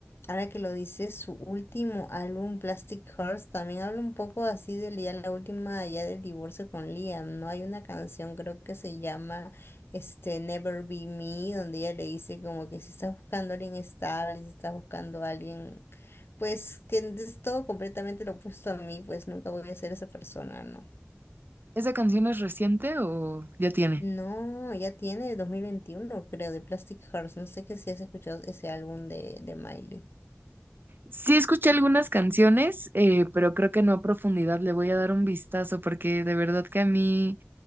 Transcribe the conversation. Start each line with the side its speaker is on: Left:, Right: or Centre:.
Left: Ahora que lo dice, su último álbum, Plastic Hearts, también habla un poco así de ya la última, ya del divorcio con Liam, ¿no? Hay una canción, creo que se llama este, Never Be Me, donde ella le dice como que si estás buscando a alguien estable, si estás buscando a alguien, pues que es todo completamente lo opuesto a mí, pues nunca voy a ser esa persona, ¿no?
Right: ¿Esa canción es reciente o ya tiene?
Left: No, ya tiene 2021, creo, de Plastic Hearts. No sé que si has escuchado ese álbum de, de Miley.
Right: Sí escuché algunas canciones, eh, pero creo que no a profundidad. Le voy a dar un vistazo porque de verdad que a mí